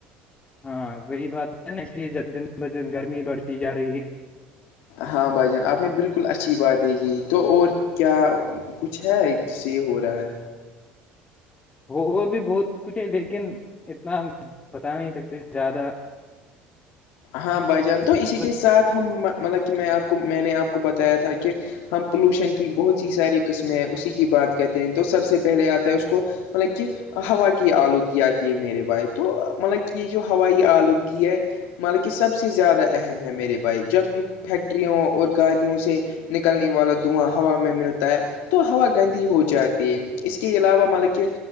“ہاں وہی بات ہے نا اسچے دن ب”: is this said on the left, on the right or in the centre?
Left